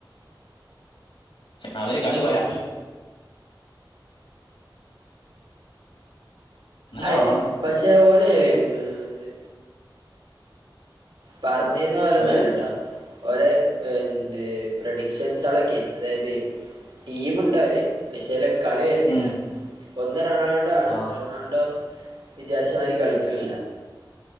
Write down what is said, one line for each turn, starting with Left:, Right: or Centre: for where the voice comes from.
Left: അവര് കളി പോരാ എന്നാ
Right: അഹ്
Left: റൊണാൾഡോ
Right: പക്ഷെ ഒല് ഹ് ത് പറഞ്ഞിന്ന ഓല
Left: ഓര്
Right: ല്ലട്ടെ ഓല എന്ത്ഹെ പ്രൊഡിക്ഷൻസളൊക്കെ അതായത് ടീമ് ഇണ്ട് അവര് അഹ് ചേലെ കളി വരുന്നില്ല
Left: ഉം
Right: ഒന്ന് റൊണാൾഡോ ആണ്
Left: ആഹ്
Right: റൊണാൾഡോ വിചാരിച്ച മാരി കളിക്ന്നില്ല